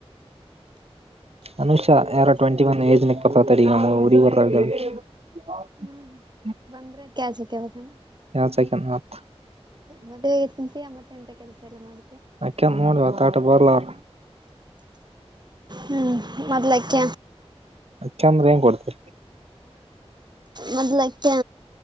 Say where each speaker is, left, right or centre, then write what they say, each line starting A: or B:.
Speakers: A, on the right (about 70°); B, on the right (about 40°).
A: ಅನುಷಾ ಎರ ಟ್ ಒ ಏಜ್ ತ ಉರಿ <unintelligible>
B: ಹ್ಮ್ ಬಂದ್ರೆ ಕ್ಯಾ ಜಗವಖಾನ
A: ಯಾವ್ದ್ ಸೆಕೆಂಡ್ ಮತ್
B: ಮದ್ವೆಗೆ ತಿಂತಿಯಾ ಮತ್ತೆ ಎಂತ ಕೆಲಸ ಎಲ್ಲ ಮಾಡ
A: ಅಕ್ಕ ನೋಡಿವಾ ತಾಟ ಬರ್ಲಾರ
B: ಹ್ಮ್ ಮದಲಕ್ಕ
A: ಚಂದ್ರ ಹೆಂಗ ಕೊಡ್ತ
B: ಮೊದ್ಲಕ್ಕೆ